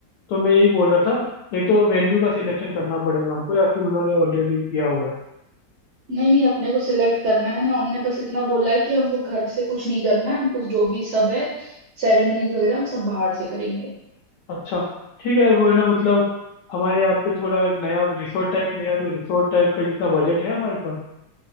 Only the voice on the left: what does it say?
तो मैं यही बोल रहा था एक तो वेन्यू का सिलेक्शन करना पड़ेगा हमको या फिर उन्होंने ऑलरेडी किया हुआ है
अच्छा ठीक है यार वो है ना मतलब हमारे यहाँ पे थोड़ा एक नया रिसोर्ट टाइप मिला है, तो रिसोर्ट टाइप का जितना बजट है हमारे पास